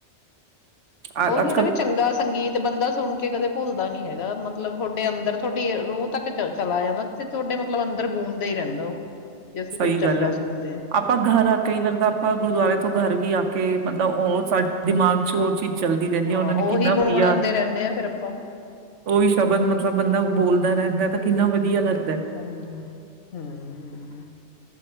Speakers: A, on the right; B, on the left.
A: ਅ ਅਬ
B: ਕਿਨਾ ਵੀ ਚੰਗਾ ਸੰਗੀਤ ਬੰਦਾ ਸੁਣ ਕੇ ਕਦੇ ਭੁੱਲਦਾ ਨੀ ਹੈਗਾ ਮਤ ਮਤਲਬ ਤੁਹਾਡੇ ਅੰਦਰ ਤੁਹਾਡੀ ਰੂਹ ਤੱਕ ਚ ਚਲਾ ਜਾਂਦਾ, ਤੇ ਤੁਹਾਡੇ ਮਤਲਬ ਅੰਦਰ ਗੂੰਜਦਾ ਹੀ ਰਹਿੰਦਾ ਉਹ, ਜੇ ਅਸੀਂ
A: ਸਹੀ
B: ਕੁੱਝ ਚੰਗਾ
A: ਗੱਲ ਹੈ,
B: ਸੁਣਦੇ ਹਾਂ
A: ਆਪਾਂ ਗਰ ਆ ਕਈ ਵਾਰ ਤਾਂ ਆਪਾਂ ਗੁਰਦੁਆਰੇ ਤੋਂ ਗਰ ਵੀ ਆ ਕੇ, ਮਤਲਬ ਉਹ ਸਾਡੇ ਦਿਮਾਗ ਚ ਉਹ ਚੀਜ਼ ਚੱਲਦੀ ਰਹਿੰਦੀ ਹੈ
B: ਹਾਂ
A: ਉਹਨਾਂ ਨੇ ਕਿੰਨਾ
B: ਉਹੀ ਗੁਣਗੁਣਾਉਂਦੇ
A: ਵਧੀਆ,
B: ਰਹਿੰਦੇ ਹਾਂ ਫਿਰ ਆਪਾਂ
A: ਉਹੀ ਸ਼ਬਦ ਮਤਲਬ ਬੰਦਾ ਬੋਲਦਾ ਰਹਿੰਦਾ ਤਾਂ ਕਿੰਨਾ ਵਧੀਆ ਲੱਗਦਾ
B: ਹਾਂਜੀ, ਹਮ।